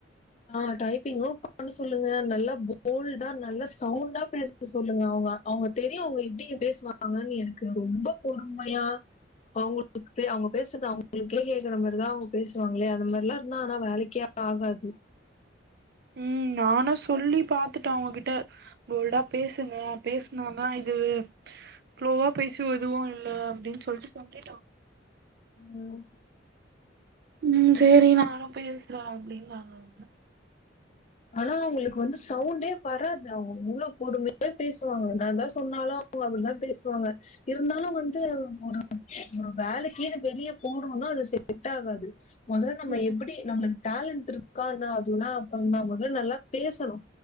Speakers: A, on the left (about 35°); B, on the right (about 55°).
A: ஆ டைப்பிங்கு பண்ண சொல்லுங்க நல்லா போல்டா நல்லா சவுண்டா பேச சொல்லுங்க அவுங்க அவுங்க தெரியு அவுங்க எப்டி பேசுவாங்கன் எனக்கு ரொம்ப பொறுமையா அவுங்களுக் பே அவுங்க பேஸ்ற்து அவுங்களுக்கே கேக்கற மாரி தா அவுங்க பேசுவாங்ளே அந்த மார்ல்லா இருந்தா ஆனா வேலைக்கே ஆகாது
B: ம் நானு சொல்லி பாத்துட்டே அவுங்ககிட்ட போல்டா பேசுங்க பேசுனாதா இது ஃப்ளோவா பேசி உ எதுவு இல்ல அப்டின்னு சொல்ட்டு சொல்லிட்டாங்
A: ம்
B: ம் சேரி நானும் பேசுறே அப்டின் <unintelligible>
A: ஆனா அவுங்களுக்கு வந்து சவுண்டே வராது அவுங் முல்ல பொறுமையா பேசுவாங்க நா தா ஸ் சொன்னாலு அவுங்க அப்டிதா பேசுவாங்க இருந்தாலு வந்து ஒரு வேலக்கீனு வெளிய போணும்னா அது செட் ஆகாது மொதல்ல நம்ம
B: ம்
A: எப்பிடி நம்ளுக்கு டேலண்ட் இருக்கான்னு அதுல்லா அப்பற <unintelligible> ல நல்லா பேசணு